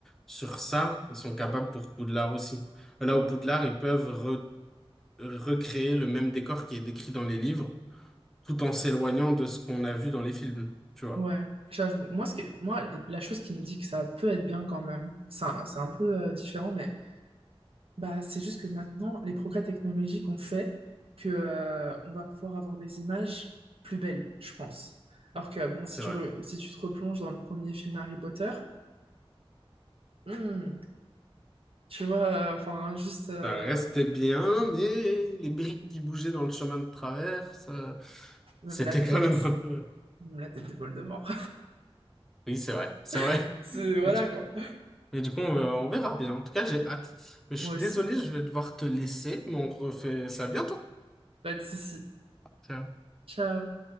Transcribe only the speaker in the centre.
sur ça, ils sont capables pour Poudlard aussi. Là, au Poudlard, ils peuvent re- recréer le même décor qui est décrit dans les livres, tout en s'éloignant de ce qu'on a vu dans les films, tu vois.
C'est
vrai.
Ça restait bien, mais les briques qui bougeaient dans le chemin de travers, ça-
c'était
quand même un peu...
<laughs> Oui, c'est vrai, c'est vrai.
<laughs>
Et du coup,
mais du coup, on va- on verra bien. En tout cas, j'ai hâte. Mais je
suis
désolé, je vais devoir te laisser, mais on refait ça bientôt.
Ciao.